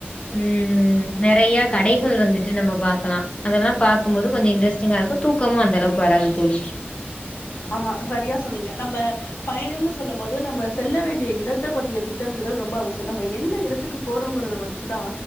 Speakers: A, on the left; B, on the left.
A: ம் நெறய கடைகள் வந்துட்டு நம்ம பாக்கலா அதெல்லா பாக்கும்போது கொஞ்ச இன்ட்ரஸ்டிங்கா இருக்கும் தூக்கமு அந்தளவுக்கு வராது தோழி
B: ஆமா சரியா சொன்னீங்க நம்ப பயணம்னு சொல்லும் போது நம்ம செல்ல வேண்டிய இடத்தை பத்திய திட்டமிட்டுதல் ரொம்ப அவசியம் நம்ம எந்த இடத்துக்கு போறோங்கறத வச் சுதா